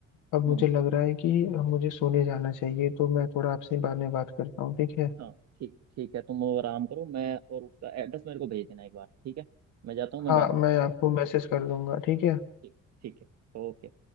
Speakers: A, on the left; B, on the right.
A: अब मुझे
B: हम्म
A: लग रहा है कि मुझे सोने जाना चाहिए तो मैं थोड़ा आपसे बाद में बात करता हूँ ठीक है
B: हाँ ठीक ठीक है तुम वो आराम करो मैं और उसका एड्रेस मेरे को भेज देना एक बार ठीक है मैं जाता हूँ मैं
A: हाँ
B: बात करता
A: मैं
B: हूँ
A: आपको मैसेज कर दूंगा ठीक है
B: ठीक ठीक है ओके